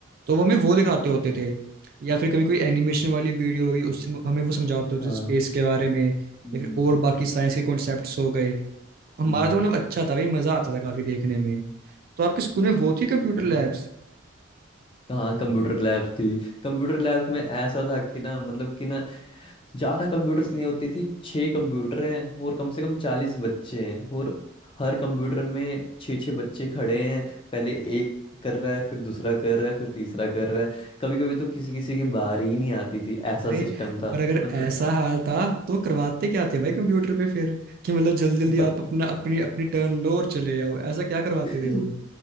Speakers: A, on the right (about 45°); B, on the left (about 25°).
A: तो वो हमें वो दिखाते होते थे या फिर कभी कोई एनिमेशन वाली वीडियो होगी उससे हमें वो समझाते होते
B: हाँ
A: थे स्पेस के बारे में या
B: हम्म,
A: फिर और बाकी साइंस के कॉन्सेप्ट्स हो गए हमारा
B: हम्म,
A: तो मतलब अच्छा था भाई मजा आता था काफी देखने में तो आपके स्कूल में वो थी कंप्यूटर
B: हम्म।
A: लैब्स
B: हाँ कंप्यूटर लैब्स थी कंप्यूटर लैब्स में ऐसा था कि ना मतलब कि ना ज्यादा कंप्यूटर्स नहीं होती थी छह कंप्यूटर हैं और कम से कम चालीस बच्चे हैं और हर कंप्यूटर में छः छः बच्चे खड़े हैं पहले एक कर रहा है फिर दूसरा कर रहा है फिर तीसरा कर रहा है कभी कभी तो किसी किसी की बारी ही नहीं आती थी ऐसा
A: अरे
B: सिस्टम था
A: पर अगर
B: मतलब
A: ऐसा हाल था तो करवाते क्या थे भाई कंप्यूटर पे फिर कि मतलब जल्दी जल्दी
B: बत,
A: आप अपना अपनी अपनी टर्न लो और चले जाओ ऐसा क्या करवाते
B: <laughs>
A: थे वो